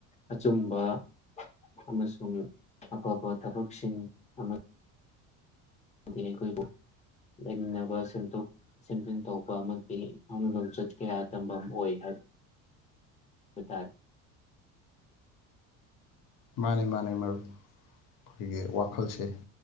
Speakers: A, on the left; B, on the left.
A: ꯑꯆꯨꯝꯕ ꯑꯃꯁꯨꯡ ꯑꯐꯕ ꯊꯕꯛꯁꯤꯡ ꯑꯃ ꯍꯥꯏ ꯑꯩꯈꯣꯏꯕꯨ ꯂꯩꯃꯤꯟꯅꯕ ꯁꯦꯝꯗꯣꯛ ꯁꯦꯝꯖꯤꯟ ꯇꯧꯕ ꯑꯃꯗꯤ ꯐꯨꯡ ꯂꯝꯣꯟꯆꯠ ꯀꯌꯥ ꯇꯝꯐꯝ ꯑꯣꯏ ꯍꯥꯏꯕ ꯍꯥꯏꯕ ꯇꯥꯔꯦ
B: ꯃꯥꯅꯦ ꯃꯥꯅꯦ ꯃꯔꯨꯞ ꯑꯩꯈꯣꯏꯒꯤ ꯋꯥꯈꯜꯁꯦ